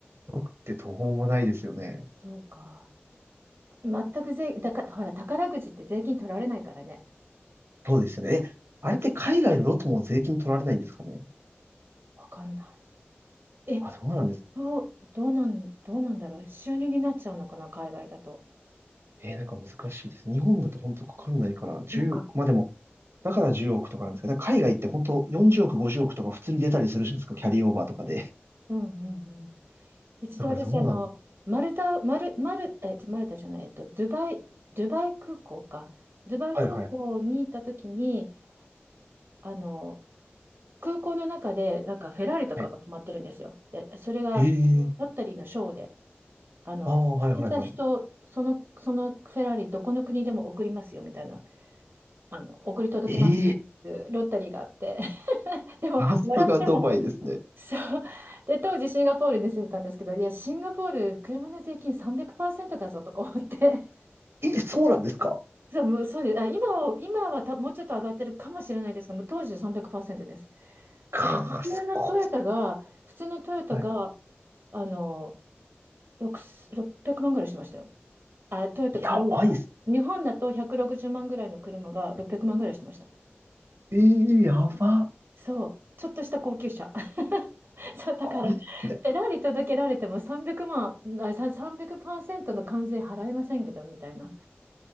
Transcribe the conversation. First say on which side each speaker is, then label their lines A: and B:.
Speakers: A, on the right; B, on the right.
A: 億って途方もないですよね。
B: そうか。全く税、だから、ほら、宝くじって税金取られないからね。
A: そうですよね。え、あれって海外のロトも税金取られないんですかね。
B: わかんない。え、
A: あ、どうなんですかね。
B: どう、どうなん、どうなんだろう。収入になっちゃうのかな、海外だと。
A: えーなんか難しいです。日本だと本当かかんないから、1億、
B: なんか、
A: まあでも、だから10億とかなんですかね。だから海外って本当40億、50億とか普通に出たりするじゃないですか。キャリーオーバーとかで。
B: うんうんうん。一度私、
A: だからどうなん
B: あの、マルタ、マル、マル、え、ちょマルタじゃない、えっと、ドゥバイ、ドゥバイ空港か。ドゥバイ空港にいた時に、
A: はいはい。は
B: あの、空港の中で、なんかフェラーリとかが止まってるんですよ。
A: い
B: で、それがロッタリーのショーで、
A: ええ
B: あの、
A: ああー、はいはいはい。
B: 当てた人、その、そのフェラーリ、どこの国でも送りますよみたいな、あの、送り届けますっていうロッタリーがあって、
A: ええ
B: <laughs> でも、
A: さすがドバイですね。
B: もらっても、そう。で、当時シンガポールに住んでたんですけど、いや、シンガポール、車の税金300%だぞとか思って、
A: え、そうなんですか
B: <laughs> そう、もうそうです。あ、今は、今はたもうちょっと上がってるかもしれないですが、もう当時300%です。
A: かあ、
B: だから普通のトヨタが、
A: すごいっす。
B: 普通のトヨタが、
A: はい。
B: あの、6、600万ぐらいしてましたよ。あ、トヨタカローラが。
A: やばいっす。
B: 日本だと160万ぐらいの車が600万ぐらいしてました。
A: ええやば。す
B: そう、ちょっとした高級車。<laughs> そう、だから、
A: ごいっすね。
B: フェラーリ届けられても300万、あ、ささんびゃくパーセントの関税払えませんけど、みたいな。